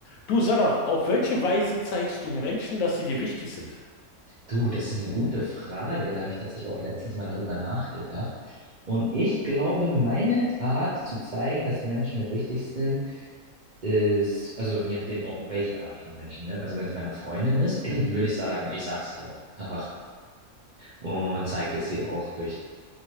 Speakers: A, on the left (about 75°); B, on the right (about 45°).
A: Du, sag mal, auf welche Weise zeigst du Menschen, dass sie dir wichtig sind?
B: Du, das ist eine gute Frage. Da habe ich tatsächlich auch letztens mal darüber nachgedacht. Und ich glaube, meine Art zu zeigen, dass Menschen mir wichtig sind, ist, also je nachdem auch welche Art von Menschen, ne? Also wenn es meiner Freundin ist, <clears throat> würde ich sagen, ich sage es ihr auch einfach und zeige es ihr auch durch